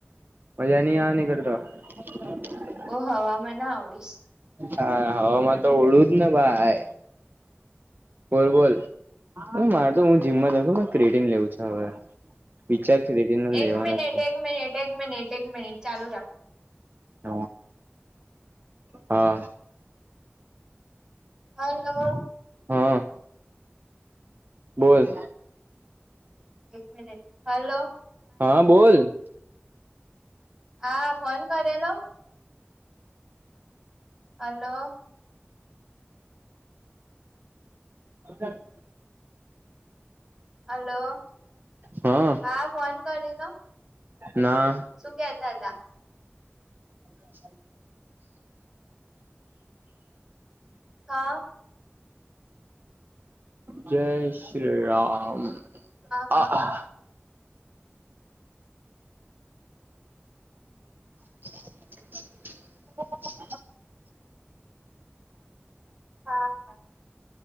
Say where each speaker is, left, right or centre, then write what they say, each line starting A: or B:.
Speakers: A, on the right; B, on the right.
A: મજાની આવે કરળતા. <unintelligible>
B: ઓહ હવામાં ના આવડીશ.
A: હા હવામાં તો ઓળું જ ને ભાઈ. બોલબોલ હ મારે તો હું જીમમાં જઉ છ ક્રેટી લેવું છે હવે. વિચાર ક્રેટીન
B: એક
A: લેવાનો
B: મિનિટ
A: છે.
B: એક મિનિટ એક મિનિટ એક મિનિટ ચાલુ રાખ.
A: હ હા.
B: હલો.
A: હા. બોલ.
B: એક મિનિટ હાલો.
A: હા બોલ.
B: હા ફોન કરેલો. હલો.
A: હ.
B: હલો
A: હા.
B: હા ફોન કરે લો.
A: ના.
B: શું કેતા હતા.
A: અચ્છા. <unintelligible>
B: હા.
A: જય શ્રી રામ
B: હા
A: આ <inaudible>
B: હા